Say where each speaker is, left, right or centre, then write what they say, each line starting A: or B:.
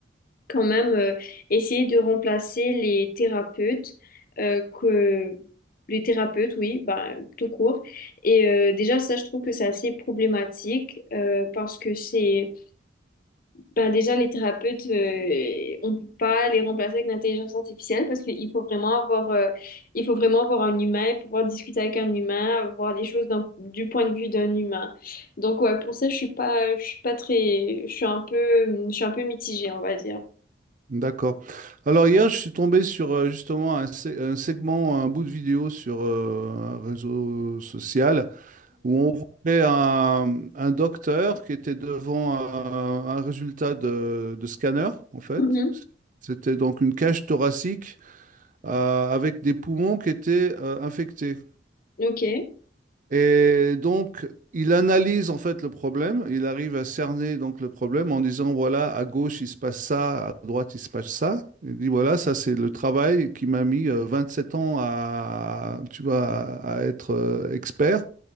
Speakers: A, on the left; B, on the right.
A: quand même euh, essayer de remplacer les thérapeutes euh, que les thérapeutes oui bah, tout court et euh, déjà ça je trouve que c'est assez problématique euh, parce que c'est ben déjà les thérapeutes euh, on peut pas les remplacer avec l'intelligence artificielle parce qu'il faut vraiment avoir euh, il faut vraiment avoir un humain et pouvoir discuter avec un humain voir les choses d'un- du point de vue d'un humain donc ouais pour ça je suis pas je suis pas très je suis un peu je suis un peu mitigée on va dire
B: D'accord. Alors hier, je suis tombé sur euh, justement un, sé- un segment, un bout de vidéo sur euh, un réseau social où on voyait un, un docteur qui était devant un, un résultat de, de scanner, en fait.
A: Mhm.
B: C'était donc une cage thoracique euh, avec des poumons qui étaient euh, infectés.
A: Ok.
B: Et donc, il analyse en fait le problème, il arrive à cerner donc le problème en disant, voilà, à gauche, il se passe ça, à droite, il se passe ça. Il dit, voilà, ça, c'est le travail qui m'a mis euh, sept ans à, tu vois, à être euh, expert.